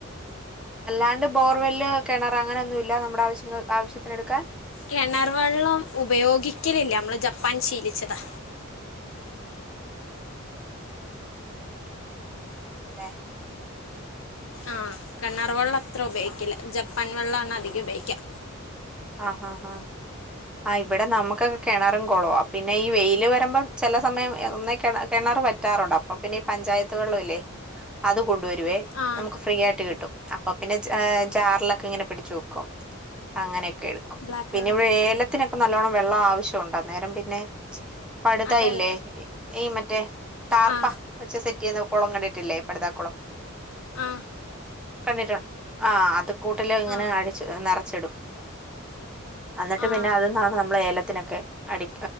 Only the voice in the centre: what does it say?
അല്ലാണ്ട് ബോർവെല് കിണർ അങ്ങനെന്നുല്ല നമ്മുടെ ആവശ്യങ്ങ ആവശ്യത്തിനടുക്കാൻ.
ഉം ഉം അതേ
ആഹ് ആഹ് ആഹ്. ആ ഇവിടെ നമുക്കൊക്കെ കിണറും കൊളവ പിന്നെ ഈ വെയില് വരുമ്പോൾ ചില സമയം ഒ കിണർ പറ്റാറുണ്ട് അപ്പം. അപ്പൊ പിന്നെ ഈ പഞ്ചായത്തു വെള്ളല്ലേ അത് കൊണ്ടുവരുവേ.
നമുക്ക് ഫ്രീ ആയിട്ട് കിട്ടും അപ്പൊ പിന്നെ ജാറിലൊക്കെ ഇങ്ങനെ പിടിച്ചു വെക്കും അങ്ങനെയൊക്കെ. ഒക്കെ എടുക്കും
പിന്നെ
ഇവിടെ ഏലത്തിനൊക്കെ നല്ലവണ്ണം വെള്ളം ആവശ്യമുണ്ട് അന്നേരം പിന്നെ. പഠിത
ഇല്ലേ
ഈ മറ്റേ. ടാർപ്പ
വെച്ച് സെറ്റ് ചെയ്യുന്ന കുളം കണ്ടിട്ടില്ലേ പടുതാ കുളം.
കണ്ടിട്ടുണ്ട് ആ അത് കൂട്ടില് ഇങ്ങനെ
അഴിച്ചു നിറച്ചിടും. എന്നിട്ട്
പിന്നെ അതിന്നാണ് നമ്മള് ഏലത്തിനൊക്കെ അടി